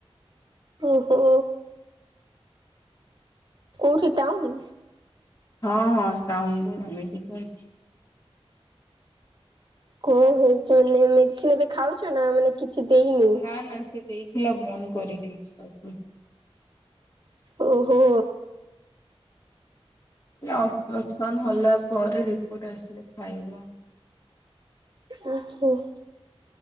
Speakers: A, on the right; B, on the left.
A: ଓହୋ। କୋଉଠି ଟାଉନ୍।
B: ହଁ ହଁଉିକ <unintelligible>
A: କଣ ହେଇଛି ନା ନିଯେ ଏବେ ଖାଉଛ ନା ମାନେ କିଛି ଦେଇନି
B: ନା ନା ସେ ଦେଇଥିଲା ବନ୍ଦ କରିଦେଇଛି
A: ଓହୋ
B: ଓପରେସନ୍ ହଲା ପରେ ରିପୋର୍ଟ ଆସିଲେ ଖାଇବ
A: ଉଁ ହୁଁ